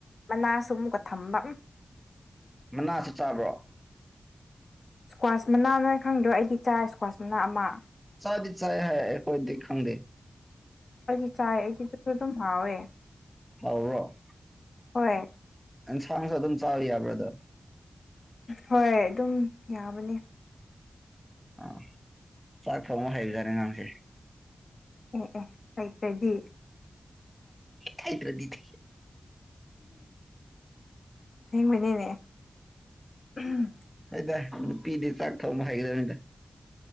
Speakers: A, on the left; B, in the centre.
A: ꯃꯅꯥꯁꯨ ꯑꯃꯨꯛꯀ ꯊꯝꯕ
B: ꯃꯅꯥꯁꯨ ꯆꯥꯕ꯭ꯔꯣ
A: ꯏꯁꯀ꯭ꯋꯥꯁ ꯃꯅꯥ ꯅꯣꯏ ꯈꯪꯗ꯭ꯔꯣ ꯑꯩꯗꯤ ꯆꯥꯏ ꯏꯁꯀ꯭ꯋꯥꯁ ꯃꯅꯥ ꯑꯃ
B: ꯆꯗꯤ ꯆ ꯍꯥꯏꯈꯣꯏꯈꯪꯗ
A: ꯑꯩꯗꯤ ꯆꯥꯏ ꯑꯩꯗꯤ ꯑꯗꯨ ꯑꯗꯨꯝ ꯍꯥꯎꯋꯦ
B: ꯍꯥꯑꯣꯕꯔꯣ
A: ꯍꯣꯏ
B: ꯑꯟꯁꯥꯡ ꯃꯁ ꯑꯗꯨꯝ ꯆ ꯆꯥꯎꯋ ꯌꯥꯕ꯭ꯔꯥꯗ
A: ꯍꯣꯏ ꯑꯗꯨꯝ ꯌꯥꯕꯅꯤ
B: ꯑꯥ ꯆꯥꯛ ꯊꯣꯡꯕ ꯍꯩꯕꯖꯥꯠꯅꯤ ꯑꯥꯉꯥꯡꯁꯦ
A: ꯑꯦ ꯑꯦ ꯍꯇ꯭ꯔꯗꯤ
B: ꯍꯥꯏꯥꯏ꯭ꯔꯥ ꯗꯤꯗꯤ
A: ꯊꯦꯡꯕꯅꯤꯅꯦ ꯎꯝ
B: ꯍꯥꯏꯗ ꯅꯨꯄꯤꯗꯤ ꯆꯥꯛ ꯊꯣꯡꯕ ꯍꯥꯏꯩꯒꯗꯕꯅꯤꯗ